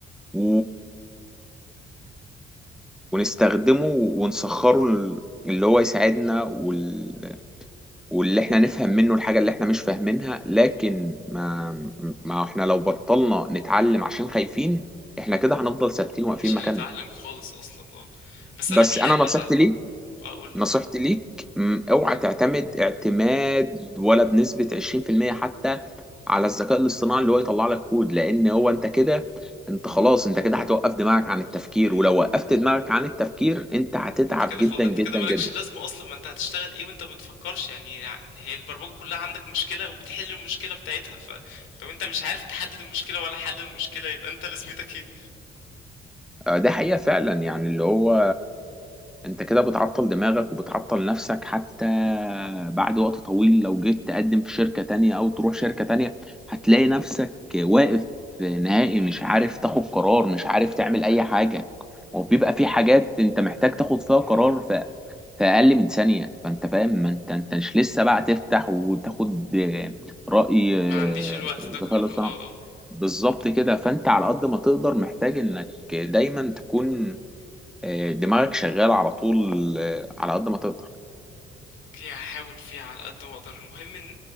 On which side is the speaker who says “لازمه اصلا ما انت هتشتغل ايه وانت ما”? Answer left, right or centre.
Left